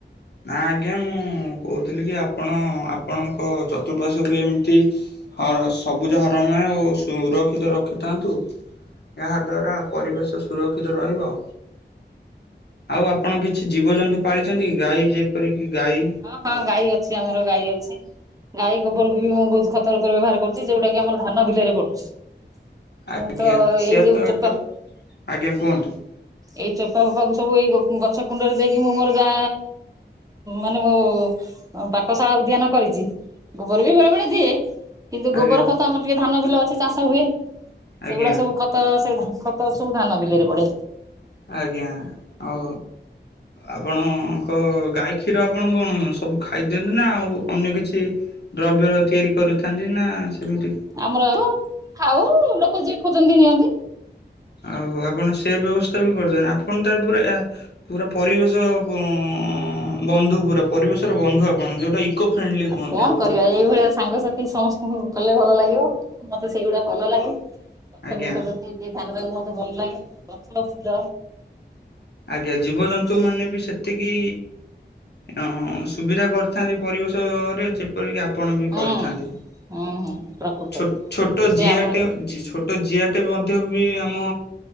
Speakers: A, on the left; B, on the right.
A: ନା ଆଜ୍ଞା ମୁଁ କହୁଥିଲି କି ଆପଣ ଆପଣଙ୍କ ଚତୁଃପାଶ୍ଵକୁ ଏମିତି ହଁ ସବୁଜ ହରାମୟ ଓ ସୁରକ୍ଷିତ ରଖିଥାନ୍ତୁ। ଏହାଦ୍ୱାରା ପରିବେଶ ସୁରକ୍ଷିତ ରହିବ। ଆଉ ଆପଣ କିଛି ଜୀବଜନ୍ତୁ ପାଳିଛନ୍ତି କି ଗାଈ ଯେପରିକି ଗାଈ
B: ହଁ ହଁ ଗାଈ ଅଛି ଆମର ଗାଈ ଅଛି। ଗଈ ଗୋବରକୁ ବି ମୁଁ ବହୁତ ଖତ ରୂପରେ ବ୍ୟବହାର କରୁଛି ଯଉଟା କି ଆମର ଧାନ ବିଲରେ ପଡୁଛି।
A: ଆଜ୍ଞା
B: ମୁଁ ତ
A: ସିଏ
B: ଏଇ ଯୋଉ
A: ତ
B: ଚୋପା
A: ଏକ ଆଜ୍ଞା କୁହନ୍ତୁ?
B: ଏଇ ଚୋପା ଫୋପା କୁ ସବୁ ଏଇ ଗଛ କୁଣ୍ଡରେ ଦେଇକି ମୁଁ ମୋର ଜା ମାନ ମୋ ପାକଶାଳା ଉଦ୍ୟାନ କରିଛି। ଗୋବର ବି ବେଳେ ବେଳେ ଦିଏ କିନ୍ତୁ
A: ଆଜ୍ଞା
B: ଗୋବର ଖତ ଆମର ଟିକେ ଧାନ ବିଲ ଅଛି ଚାଷ ହୁଏ।
A: ଆଜ୍ଞା।
B: ସେଗୁଡା ସବୁ ଖତ ସେ ଖତ ସବୁ ଧାନ ବିଲିରେ ପଡେ।
A: ଆଜ୍ଞା ହଉ ଆପଣଙ୍କ ଗାଈ କ୍ଷୀର ଆପଣ କଣ ସବୁ ଖାଇଦିଅନ୍ତି ନା ଆଉ ଅନ୍ୟ କିଛି ଦ୍ରବ୍ୟ ତିଆରି କରିଥାନ୍ତି ନା ସେମିତି
B: ଆମର ଆଉ ଖାଉ ଲୋକ ଯିଏ ଖୋଜନ୍ତି ନିଅନ୍ତି।
A: ଓହ ଆପଣ ସେ ବ୍ୟବସ୍ଥା ବି କରୁଚନ୍ତି ଆପଣତଏ ପୁରା ପୁରା ପରିବେଶ ବ ଅ ବନ୍ଧୁ ପୁରା ପରିବେଶର ବନ୍ଧୁ ଆ କଣ ଯୋଉଟା ଇକୋ ଫ୍ରେଣ୍ଡଲି
B: ଆଉ
A: କୁହନ୍ତି
B: କଣ
A: ଆପଣ।
B: କରିବା ଏଇଭଳିଆ ସାଙ୍ଗସାଥି ସେ ସମସ୍ତଙ୍କୁ କଲେ ଭଲ ଲାଗିବ ମତେ ସେଇଗୁଡ଼ା ଭଲ ଲାଗେ ଗଛ
A: ଆଜ୍ଞା
B: ବୃଷ ପ୍ରତି ଏ ଧ୍ୟାନ ଦେବାକୁ ମତେ ଭଲ ଲାଗେ ଗଛ ଫୁଲ
A: ଆଜ୍ଞା ଜୀବଜନ୍ତୁ
B: ସେ
A: ମାନେ ବି ସେ ଜେତିକି ହଁ ସୁବିଧା କରିଥାନ୍ତି ପରିବେଶରେ ଯେପରିକି ଆପ ଆପଣ ବି
B: ହୁଁ
A: କରିଥାନ୍ତି
B: ହୁଁ ହୁଁ ପ୍ରକୃତରେ
A: ଛୋ ଛୋଟ
B: ସିଏ
A: ଜିଆ
B: ଆମର
A: ଟେ ଜି ଛୋଟ୍ ଟ ଜିଆଟେ ମଧ୍ୟବି ଆମ